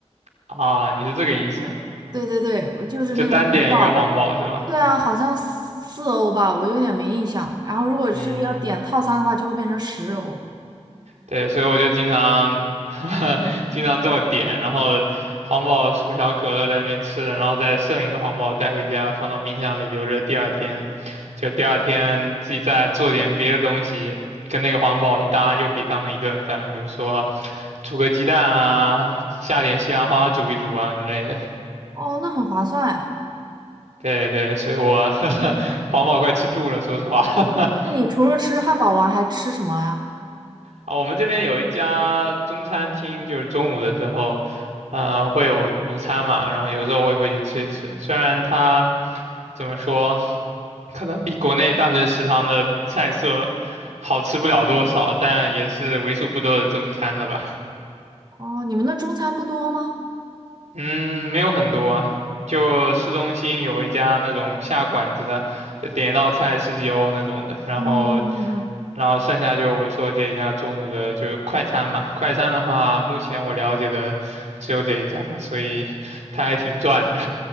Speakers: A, on the right; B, on the right.
A: 啊，你是这个意思？
B: 对对对，我就是那个红宝，
A: 就单点一个黄堡是吧？
B: 对啊，好像四欧吧，我有点没印象。然后如果是要点套餐的话，
A: 嗯。
B: 就会变成十欧。
A: 对，所以我就经常 <laughs> 经常这么点，然后黄堡、薯条、可乐在那边吃的，然后再剩一个黄堡带回家，放到冰箱里留着，第二天就第二天自己再做点别的东西，跟那个黄堡一搭，又可以当成一顿饭，比如说煮个鸡蛋啊，下点西兰花煮一煮啊之类的。
B: 哦，那很划算。
A: 对对，所以我 <laughs> 黄堡快吃吐了，说实话。<laughs>
B: 那你除了吃汉堡王还吃什么呀？
A: 啊，我们这边有一家中餐厅，就是中午的时候，呃，会有午餐嘛，然后有时候我也会去吃一吃。虽然它怎么说，可能比国内大学食堂的菜色好吃不了多少，但也是为数不多的中餐了吧。
B: 哦，你们那中餐不多吗？
A: 嗯，没有很多啊，就市中心有一家那种下馆子的，就点一道菜十几欧那种的，然后
B: 嗯嗯嗯。
A: 然后剩下就是我说这一家中午的就是快餐嘛，快餐的话，目前我了解的只有这一家，所以他还挺赚的。